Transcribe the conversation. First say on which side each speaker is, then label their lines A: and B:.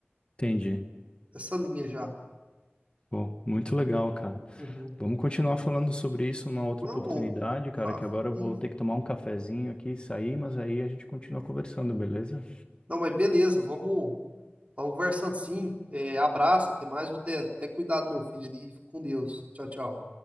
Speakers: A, on the left (about 25°); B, on the right (about 35°).
A: entendi.
B: nessa linha já.
A: Pô, muito legal, cara.
B: Uhum.
A: Vamos continuar falando sobre isso numa outra
B: Vamos,
A: oportunidade,
B: ô,
A: cara,
B: ô, Rafa.
A: que agora
B: Isso.
A: eu vou ter que tomar um cafezinho aqui e sair, mas aí a gente continua conversando, beleza?
B: Não, mas beleza, vamos, vamos conversando sim. É, abraço, até mais. Vou ter até cuidado do meu filho ali. Fica com Deus. Tchau, tchau.